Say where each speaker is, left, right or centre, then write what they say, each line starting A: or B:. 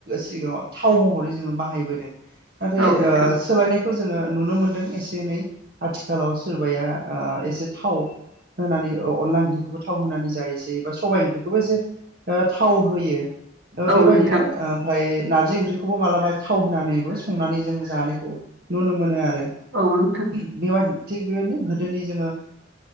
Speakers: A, on the right; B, on the right.
A: सिगाङाव थाव महरै जोङो बाहायबोदों नाथाय
B: औ नोंथां
A: ओ सोलायनाय खौ जोङो नुनो मोन्दों एसे एनै आथिखालाव सोरबाया ओ एसे थाव होनानै अनला ओंख्रिखौबो थाव होनानै जायोसै बा सबबाय ओंख्रिखौबो जे ओ थाव होयो ओ
B: औ
A: बेबायदिनो
B: नोंथां
A: ओमफ्राय नार्जि ओंख्रिखौबो मालाबा थाव होनानैबो संनानै जों जानायखौ नुनो मोनो आरो।
B: औ नोंथां।
A: बेबाय थिग बेबायदिनो गोदोनि जोङो